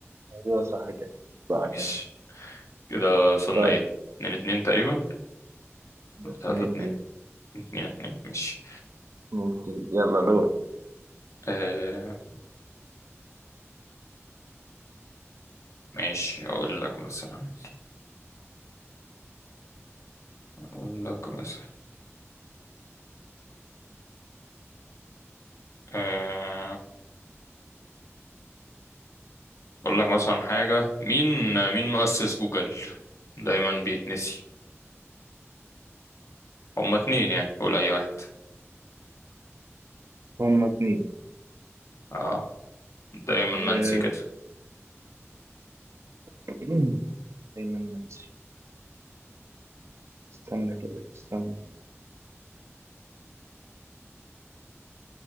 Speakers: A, on the right; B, on the left.
A: أيوة، صح كده صح كده
B: ماشي كده وصلنا
A: طيب
B: ايه اتنين اتنين تقريبا ولا
A: اتنين
B: تلاتة اتنين
A: اتنين
B: اتنين اتنين ماشي
A: ممكن يلا دورك
B: آه ماشي اقول لك مثلا اقول لك مثلا آه، اقول لك مثلا حاجة مين مين مؤسس جوجل دايما بيتنسي هما اتنين يعني قول اي واحد
A: هما اتنين
B: اه دايما منسي
A: آه،
B: كده
A: <clears throat> أيمن منسي استنى كده استنى